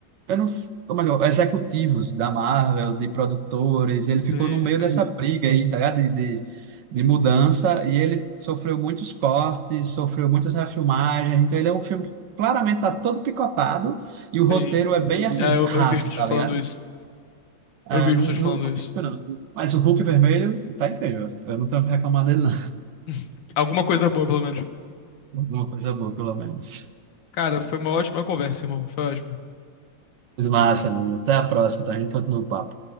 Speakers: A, on the right; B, on the left.
A: eu não, s- ou melhor, executivos da Marvel, de produtores, ele ficou
B: sim,
A: no meio
B: sim,
A: dessa briga aí, tá ligado? De, de, de mudança, e ele sofreu muitos cortes, sofreu muitas refilmagens, então ele é um filme que claramente tá todo picotado, e o roteiro
B: sim.
A: é bem assim,
B: É, eu,
A: raso,
B: eu vi as pessoas
A: tá
B: falando
A: ligado?
B: isso.
A: É,
B: Eu vi
A: não,
B: as pessoas
A: não
B: falando
A: curti
B: isso.
A: muito, não. Mas o Hulk vermelho tá incrível. Eu não tenho o que reclamar dele, não.
B: <laughs> Alguma coisa boa, pelo menos.
A: Alguma coisa boa, pelo menos.
B: Cara, foi uma ótima conversa, irmão. Foi ótimo.
A: Mas massa, Nuno. Até a próxima, tá? A gente continua o papo.